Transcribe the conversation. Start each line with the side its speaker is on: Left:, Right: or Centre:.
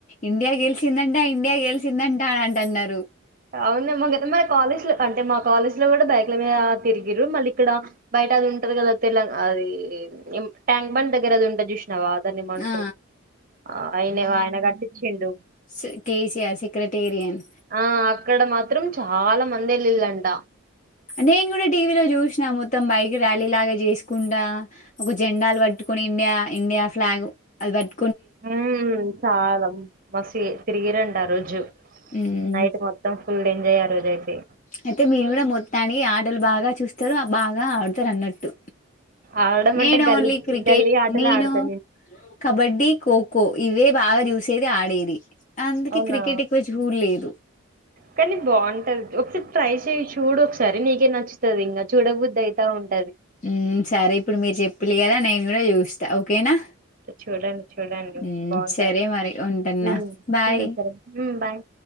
Left: ఇండియా గెలిచిందంట ఇండియా గెలిచిందట అంటన్నారు
Right: అవును మా మన కాలేజ్ లో అంటే మా కాలేజ్ లో కూడా బైక్ల మీద తిరిగిరు మళ్ళీ ఇక్కడ బై అది ఉంటంది కద తె అది ట్యాంక్ బండ్ దగ్గర ఆది ఉంటది చు నావ దాన్ని ఏమంటారు
Left: ఆ!
Right: ఆ అయిన ఆయన కట్టిచ్చిండు
Left: స్ కేసీఆర్ సెక్రటేరియన్
Right: ఆ అక్కడ మాత్రం చాలా మంది వెల్లిళ్ళంట
Left: నేను కూడా టీవీలో చూసినా మొత్తం మొత్తం బైక్ ర్యాలీ లాగా చేసుకుంట ఒక జెండాలు పట్టుకుని ఇండియా ఇండియా స్లాగ్ ఆది పట్
Right: ఉ చాలా మస్తు తిరిగిరంట ఆ రోజు
Left: హ్మ్.
Right: నైట్ మొత్తం ఫుల్ ఎంజాయ్ ఆ రోజు అయితే
Left: అయితే మీరు కూడా మొత్తానికి ఆటలు బాగా చూస్తారు బాగా ఆడతారు అన్నట్టు
Right: ఆడడం
Left: నేను
Right: అంటే గల్లీ
Left: ఓన్లీ క్రికెట్
Right: గల్లీ ఆటలే
Left: నేను
Right: ఆడతా
Left: కబడ్డి ఖోఖో ఖో ఇవే బాగా చూసేది ఆడేది అందుకే
Right: అవునా
Left: క్రికెట్ ఎక్కువ చూడ లేదు
Right: కానీ బాగుంటది ఒకసారి ట్రై చెయ్ చూడు ఒకసారి నీకే నచ్చుతది ఇంకా చూడ బుద్ది అయిత ఉంట
Left: ఊ సరే ఇప్పుడు మీరు చెప్పిళ్ళు కదా నేను కూడా చూస్తా ఓకేనా
Right: చూడండి చూడండి
Left: మ్మ్,
Right: బాగుంటది
Left: సరే మరి ఉంటున్నా
Right: ఉ
Left: బాయ్
Right: ఉ సరే ఉ బాయ్